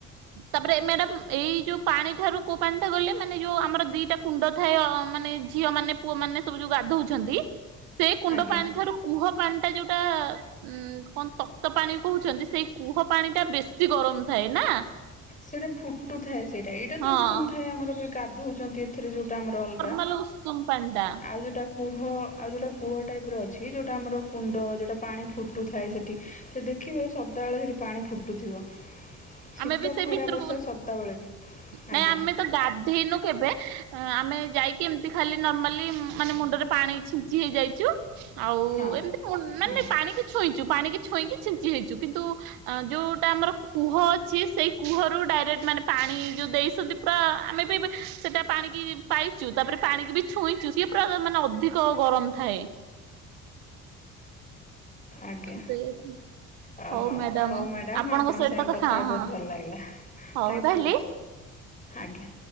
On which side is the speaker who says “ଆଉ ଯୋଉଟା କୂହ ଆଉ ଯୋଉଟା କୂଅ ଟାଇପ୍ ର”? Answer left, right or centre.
Left